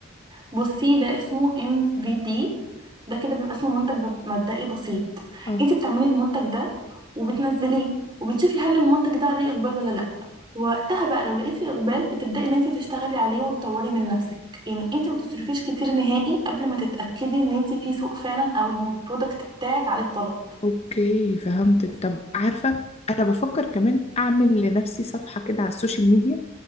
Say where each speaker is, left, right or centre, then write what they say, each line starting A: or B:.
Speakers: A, on the right; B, on the left.
A: بصي ده اسمه ام في دي ده كده بيبقى اسمه منتج بب- مبدئي بسيط
B: اه
A: انت بتعملي المنتج ده وبتنزليه وبتشوفي هل المنتج ده عليه اقبال ولا لا وقتها بقى لو لقيتي اقبال بتبداي ان انت تشتغلي عليه وتطوري من نفسك يعني انت ما تصرفيش كتير نهائي قبل ما تتاكدي ان انت في سوق فعلا او البرودكت بتاعك عليه الطلب
B: اوكي فهمتك طب عارفه انا بفكر كمان اعمل لنفسي صفحه كده على السوشيال ميديا